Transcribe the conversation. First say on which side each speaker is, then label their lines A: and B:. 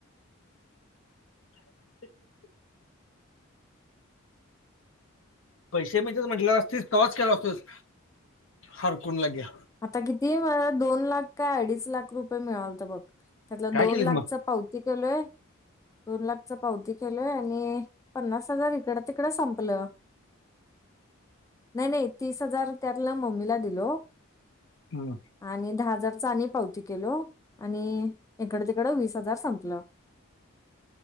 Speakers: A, on the left; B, on the left.
A: <inaudible> पैसे म्हणजेच म्हंटले असतेस तवाच गेलो असतोस हरकुल लग्या.
B: आता किती मला दोन लाख काय अडीच लाख रुपये मिळालत बघ. त्यातला
A: काय
B: दोन
A: केलीस
B: लाखच
A: मग
B: पावती केलोय दोन लाख, पावती केलंय आणि पन्नास हजार इकड तिकडं संपलं. नाही नाही तीस हजार त्यातलं मम्मीला दिलो.
A: हम्म.
B: आणि दहा हजारचा आणि पावती केलो आणि इकड तिकडं वीस हजार संपलं.